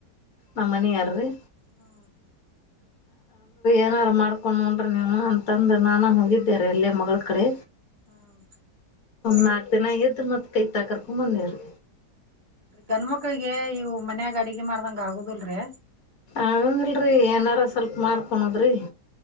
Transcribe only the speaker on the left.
ನಮ್ಮನೆಯಾರಿ.
ಏನಾರು ಮಾಡ್ಕೊಂಡ್ ಉಂಡ್ರಿ ನೀವು ಅಂತಂದು ನಾನ ಹೋಗಿ ದ್ದೆರೀ ಮಗಳ್ಕಡೆ.
ನಾಲ್ಕ್ ದಿನ ಇದ್ ಮತ್ ಇತಕರ್ಕೊಂಬಂದೇರಿ.
ಆಗಂಗಿಲ್ರಿ ಏನಾರ ಸ್ವಲ್ಪ
ಮಾಡ್ಕಣದ್ರಿ